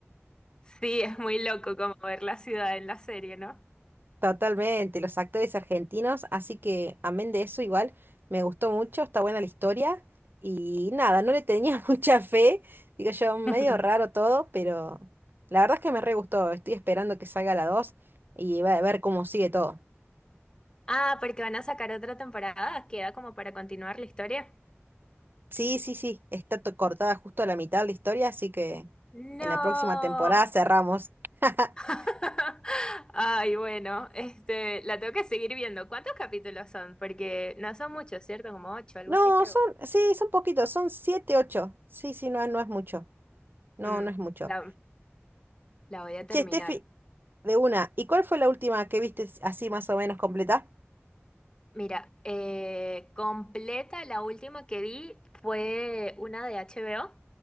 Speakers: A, on the left; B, on the right.
A: es muy loco como ver la ciudad en la serie, ¿no?
B: Totalmente, los actores argentinos, así que amén de eso igual, me gustó mucho, está buena la historia y nada, no le tenía <laughs> mucha fe, digo yo,
A: <laughs>
B: medio raro todo, pero la verdad es que me re gustó, estoy esperando que salga la 2 y va a ver cómo sigue todo.
A: Ah, porque van a sacar otra temporada, queda como para continuar la historia.
B: Sí, sí, sí, está to- cortada justo a la mitad de la historia, así que
A: No.
B: en la próxima temporada cerramos. <laughs>
A: <laughs> Ay, bueno, este, la tengo que seguir viendo. ¿Cuántos capítulos son? Porque no son muchos, ¿cierto? Como ocho, algo
B: No,
A: así, creo.
B: son, sí, son poquitos, son siete, ocho. Sí, sí, no, no es mucho. No,
A: Mm,
B: no es mucho.
A: la, la voy a terminar.
B: Che, Steffi, De una. ¿Y cuál fue la última que viste así más o menos completa?
A: Mira, eh, completa, la última que vi fue una de HBO.